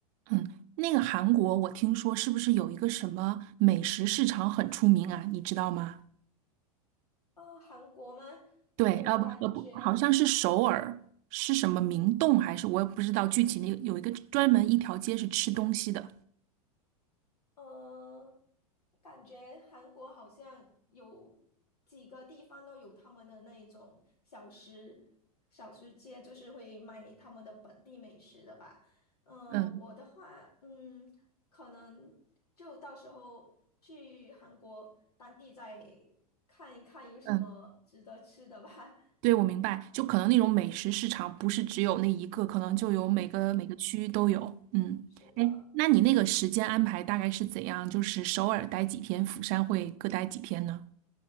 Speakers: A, on the right; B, on the left.
A: 嗯，那个韩国，我听说是不是有一个什么美食市场很出名啊？你知道吗？
B: 呃，韩国吗？嗯，
A: 对，呃不呃不，
B: 感觉，
A: 好像是首尔，是什么明洞还是我也不知道具体那个有一个专门一条街是吃东西的。
B: 嗯感觉韩国好像有几个地方都有他们的那一种小吃小吃街，就是会卖他们的本地美食的吧。嗯、
A: 嗯
B: 我的话，嗯，可能就到时候去韩国当地再看一看有什么值得吃的吧。
A: 嗯，
B: <laughs>
A: 对，我明白，就可能那种美食市场不是只有那一个，可能就有每个每个区域都有。
B: 嗯，
A: 嗯，
B: 是的。
A: 哎，那你那个时间安排大概是怎样？就是首尔待几天，釜山会各待几天呢？